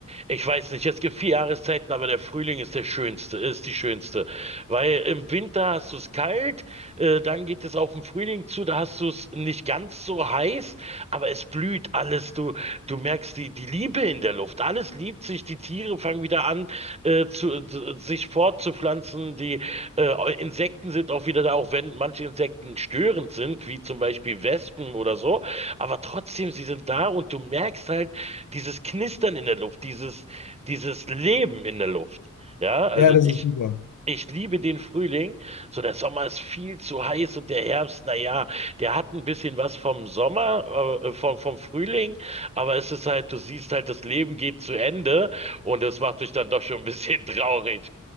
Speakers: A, on the right; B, on the left.
A: Ich weiß nicht, es gibt vier Jahreszeiten, aber der Frühling ist der schönste, ist die schönste. Weil im Winter hast du es kalt, äh, dann geht es auf den Frühling zu, da hast du es nicht ganz so heiß, aber es blüht alles. Du, du merkst die, die Liebe in der Luft. Alles liebt sich, die Tiere fangen wieder an, äh, zu, zu, sich fortzupflanzen. Die äh, Insekten sind auch wieder da, auch wenn manche Insekten störend sind, wie zum Beispiel Wespen oder so. Aber trotzdem, sie sind da und du merkst halt, dieses Knistern in der Luft, dieses, dieses Leben in der Luft. Ja, also
B: Ja, das
A: ich,
B: ist super.
A: ich liebe den Frühling. So, der Sommer ist viel zu heiß und der Herbst, na ja, der hat ein bisschen was vom Sommer, äh, vom, vom Frühling, aber es ist halt, du siehst halt, das Leben geht zu Ende und das macht dich dann doch schon ein bisschen <laughs> traurig.